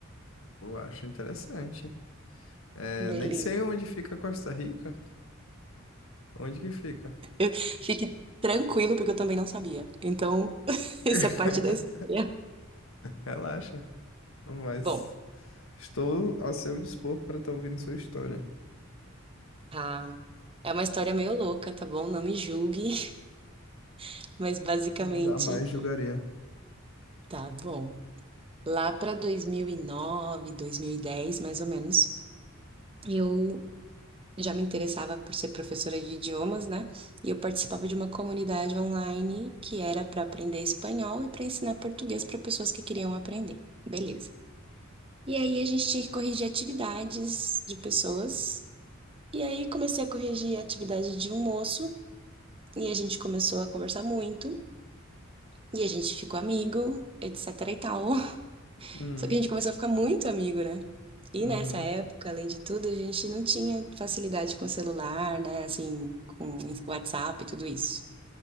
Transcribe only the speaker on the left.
Eu acho interessante. É,
nem sei onde fica Costa Rica. Onde que fica?
<laughs>
Relaxa, mas
estou ao seu dispor para estar ouvindo sua história.
Jamais julgaria.
Hum,
uhum,